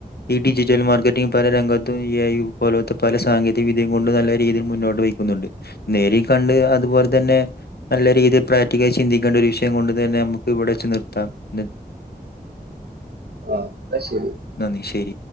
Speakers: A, on the left (about 80°); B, on the right (about 80°).
A: ഈ ഡിജിറ്റൽ മാർക്കറ്റി പല- ങ്കത്തയും <unintelligible> എ കൈപോലത്തെ പല സാങ്കേതിക വിദ്യ നല്ല രീതിൽ മുന്നോട്ട് വക്കുന്നുണ്ട് നേരി കണ്ട് അതുപോലെ തന്നെ നല്ല രീതിയിൽ പ്രക്ട- ചിന്തിക്കേണ്ട ഒരു വിഷയം കൊണ്ട് തന്നെ നമുക്ക് ഇവിടെ വച്ച് നിർത്താം
B: ആ എന്നാ ശരി
A: നന്ദി ശരി